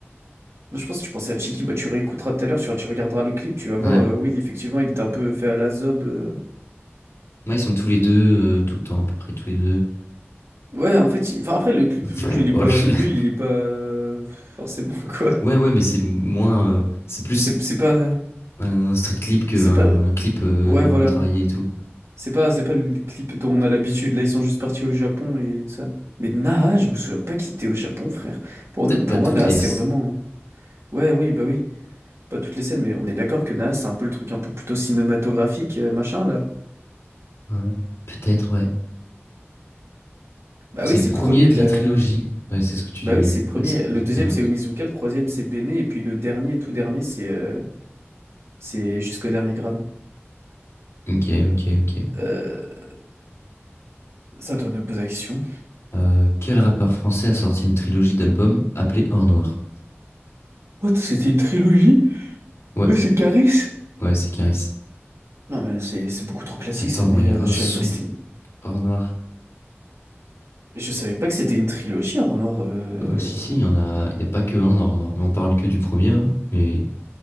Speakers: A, on the right; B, on the left.
A: Moi, je pense que tu pensais à Chiki. Bah, tu réécouteras tout à l'heure, tu, tu regarderas le clip, tu vas voir...
B: Ouais.
A: euh, oui, effectivement, il était un peu fait à la Zeb. euh.
B: Moi, ils sont tous les deux, euh, tout le temps, à peu près tous les deux.
A: Ouais, en fait... il- Enfin, après, le clip,
B: <laughs>
A: je-
B: Ouais,
A: il est
B: Bon,
A: pas
B: je-
A: nul,
B: <laughs>
A: il est pas... euh, Forcément, <laughs> quoi.
B: Ouais, ouais, mais c'est moins. euh, c'est plus
A: C'est c'est pas...
B: un street clip qu'un
A: C'est pas...
B: clip euh,
A: Ouais, voilà.
B: vraiment travaillé et tout.
A: C'est pas, c'est pas le clip dont on a l'habitude. Là, ils sont juste partis au Japon et tout ça. Mais Naha, je me souviens pas qu'il était au Japon, frère. Pour,
B: Peut-être pas
A: pour
B: toutes
A: moi, Naha,
B: les.
A: c'est vraiment. Ouais, oui, bah oui. Pas toutes les scènes, mais on est d'accord que Naha, c'est un peu le truc un peu plutôt cinématographique, euh, machin, là.
B: Ouais. Peut-être, ouais.
A: Bah
B: C'est
A: oui, c'est
B: le premier
A: le premier
B: de
A: de la.
B: la trilogie. Ouais, c'est ce que tu.
A: Bah oui, c'est le premier.
B: Ouais, ce que tu
A: Le
B: disais
A: deuxième,
B: tout à l'heure.
A: c'est Onizuka. Le troisième, c'est Bene. Et puis le dernier, tout dernier, c'est. euh, C'est jusqu'au dernier gramme.
B: Ok, ok, ok.
A: Euh, ça, doit me poser la question.
B: Euh, quel rappeur français a sorti une trilogie d'albums appelée Or Noir?
A: What? C'était une trilogie?
B: Ouais,
A: Ouais, C'est Caris?
B: ouais, c'est Caris.
A: Non, mais c'est c'est beaucoup trop classique
B: Attends,
A: ça, mais
B: moi, il y
A: euh,
B: a un
A: je
B: son
A: savais pas que c'était.
B: Or Noir.
A: Mais Je savais pas que c'était une trilogie, Or Noir. euh.
B: Ouais, si, si, il y en a, il y a pas que un Or Noir, mais on parle que du premier, hein, mais